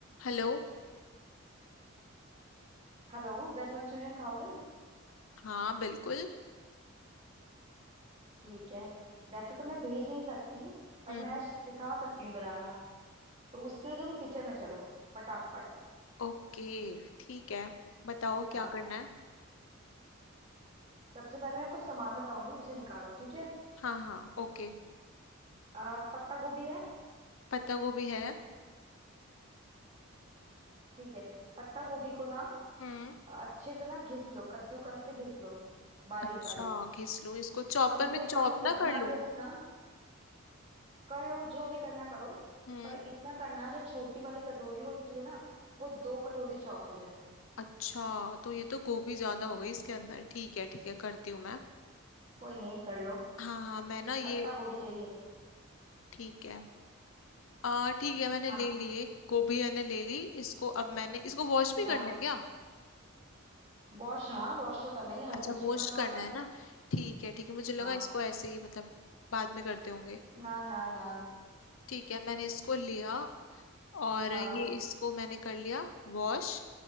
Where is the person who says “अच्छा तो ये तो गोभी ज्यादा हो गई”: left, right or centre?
Left